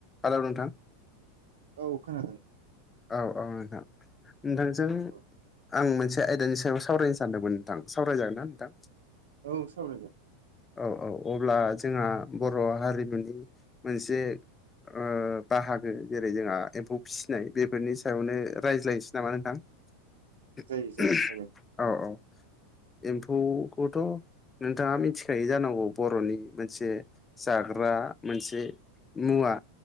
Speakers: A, on the left; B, on the right.
A: Hello नोंथां
B: औ खोनादों
A: औ औ नोंथां नोंथांजों
B: औ
A: आं मोनसे आयदानि सायाव सावरायनो सानदोंमोन नोंथां सावरायजागोन ना नोंथां?
B: औ सावराय जागोन
A: औ औ अब्ला जोंहा बर' हारिमुनि मोनसे ओ बाहागो जेरै जोंहा एम्फौ फिसिनाय बेफोरनि सायावनो रायज्लायनोसै नामा नोंथां? <inaudible>
B: जायो जायो रायलायगोन
A: औ औ एम्फौखौथ' नोंथाङा मिथि खायो जानांगौ बर'नि मोनसे जाग्रा मोनसे मुवा।